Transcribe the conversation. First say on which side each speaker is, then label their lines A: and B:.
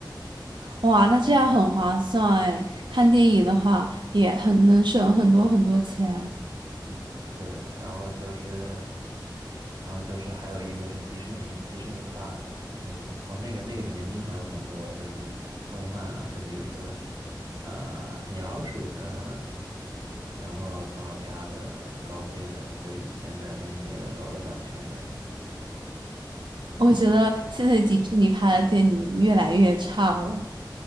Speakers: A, on the right; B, on the right.
A: 哇，那这样很划算哎！看电影的话也很能省很多很多钱。
B: 嗯，是的，然后就是，然后就是还有一个是迪士尼，迪士尼 Plus，你我我那个那个里面经常有很多就是动漫啊，就比如说，呃，米老鼠的，然后唐老鸭的，高飞的，就是以前的那些老的版权的，
A: 我觉得现在迪士尼拍的电影越来越差了，